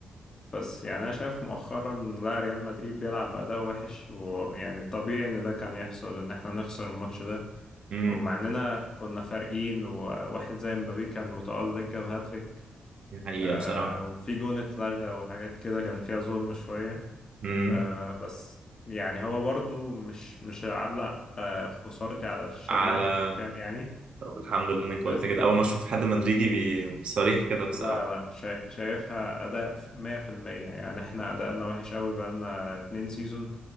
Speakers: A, on the left; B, on the right.
A: بس يعني أنا شايف مؤخرا لا ريال مدريد بيلعب بأداء وحش ويعني الطبيعي إن ده كان يحصل إن إحنا نخسر الماتش ده
B: امم
A: ومع إننا كنا فارقين وواحد زي مبابي كان متألق جاب هاتريك
B: دي حقيقة
A: آه
B: بصراحة
A: وفي جون اتلغى وحاجات كده كان فيها ظلم شوية
B: امم
A: آه بس يعني هو برضو مش مش هعلق آه خسارتي على شماعة
B: على
A: الحكام يعني
B: طب الحمد لله انك قلت
A: ف...
B: كده اول ما اشوف حد مدريدي بي- صريح كده بصراحه
A: لا لا شا... شايفها أداء مية في المية يعني احنا أداءنا وحش قوي بقالنا اتنين سيزون